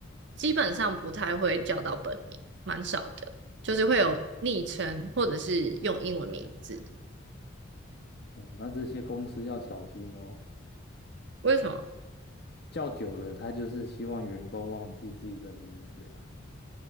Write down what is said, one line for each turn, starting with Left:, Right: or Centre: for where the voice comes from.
Right: 基本上不太会叫到本名，蛮少的，就是会有昵称或者是用英文名字。
Left: 嗯，那这些公司要小心哦，
Right: 为什么？
Left: 叫久了，他就是希望员工忘记自己的名字啊。